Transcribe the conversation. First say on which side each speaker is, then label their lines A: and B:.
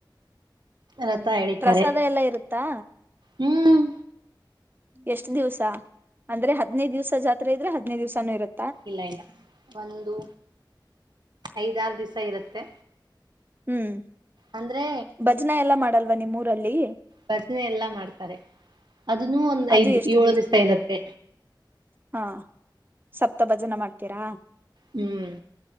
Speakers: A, on the right (about 60°); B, on the right (about 25°).
A: ರಥ ಎಳಿತಾರೆ
B: ಪ್ರಸಾದ ಎಲ್ಲಾ ಇರುತ್ತಾ.
A: ಹ್ಮ್
B: ಎಷ್ಟ್ ದಿವ್ಸ ಅಂದ್ರೆ ಹದ್ನೈದು ದಿವ್ಸ ಜಾತ್ರೆ ಇದ್ರೆ ಹದಿನೈದು ದಿವ್ಸಾನು ಇರುತ್ತೆ.
A: ಇಲ್ಲ ಇಲ್ಲ ಒಂದು. ಐದಾರು ದಿವ್ಸ ಇರುತ್ತೆ.
B: ಹ್ಮ್.
A: ಅಂದ್ರೆ
B: ಭಜನಾ ಎಲ್ಲ ಮಾಡಲ್. ನಿಮ್ಮೂರಲ್ಲಿ.
A: ಭಜನೆ ಎಲ್ಲಾ ಮಾಡ್ತಾರೆ ಅದನ್ನ ಒಂದ್
B: ಅದು
A: ಐದ್
B: ಎಷ್ಟು
A: ಏಳು ದಿವ್ಸ ಇರುತ್ತೆ.
B: ಹಾ ಸಪ್ತ ಭಜನೆ ಮಾಡ್ತೀರಾ
A: ಹ್ಮ್